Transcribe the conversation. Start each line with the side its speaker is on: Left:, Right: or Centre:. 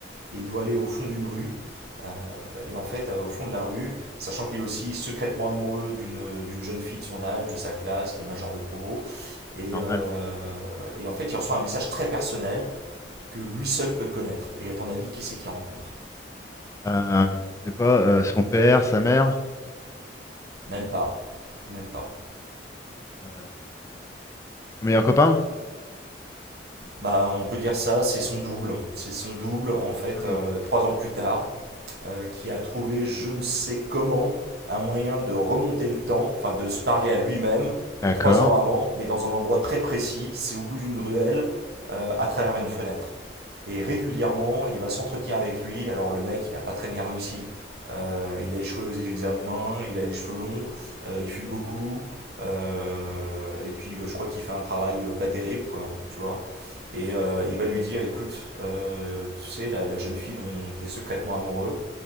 Right: et il doit aller au fond d'une rue. Euh, et en fait, euh, au fond de la rue, sachant qu'il est aussi secrètement amoureux d'une d'une jeune fille de son âge, de sa classe, qui est majeure de promo. Et,
Left: normal.
Right: euh, et en fait, il reçoit un message très personnel que lui seul peut connaître. Et à ton avis, qui c'est qu'il rencontre
Left: Euh, je sais pas, euh, son père, sa mère,
Right: Même pas. Même pas.
Left: euh, son meilleur copain?
Right: Bah, on peut dire ça, c'est son double. C'est son double, en fait,
Left: Ah
Right: euh,
Left: oui.
Right: trois ans plus tard, euh, qui a trouvé, je ne sais comment, un moyen de remonter le temps, enfin de se parler à lui-même,
Left: D'accord.
Right: mais trois ans avant, mais dans un endroit très précis, c'est au bout d'une ruelle, euh, à travers une fenêtre. Et régulièrement, il va s'entretenir avec lui. Alors le mec, il n'a pas très bien réussi. Euh, il a échoué aux examens, il a les cheveux longs, euh, il fume beaucoup, euh, et puis bah, je crois qu'il fait un travail euh, pas terrible, quoi, tu vois. Et euh, il va lui dire, écoute, euh, tu sais, la, la jeune fille dont tu es secrètement amoureux,